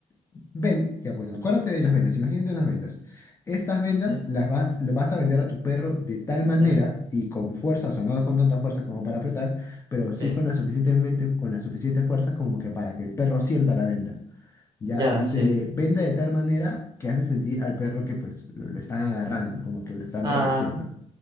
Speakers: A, on the left (about 25°); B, on the right (about 35°).
A: Ven, ya bueno, acuérdate de las vendas, imagínate unas vendas. Estas vendas
B: Sí,
A: las vas, lo vas a vender a tu perro de tal manera
B: sí,
A: y con fuerza, o sea, no con tanta fuerza como para apretar, pero
B: sí,
A: sí con la suficientemente, con la suficiente fuerza como que para que el perro sienta la venda, ¿ya?
B: ya,
A: Y se
B: sí.
A: le venda de tal manera que hace sentir al perro que pues lo, lo están agarrando, como que lo están
B: Ah,
A: protegiendo,